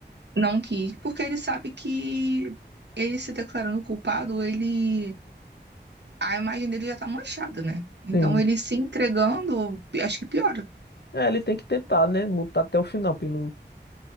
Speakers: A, on the right; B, on the left.
A: Não quis, porque ele sabe que ele se declarando culpado, ele a imagem dele já tá manchada, né? Então
B: Sim.
A: ele se entregando, acho que piora.
B: É, ele tem que tentar, né? Lutar até o final pelo,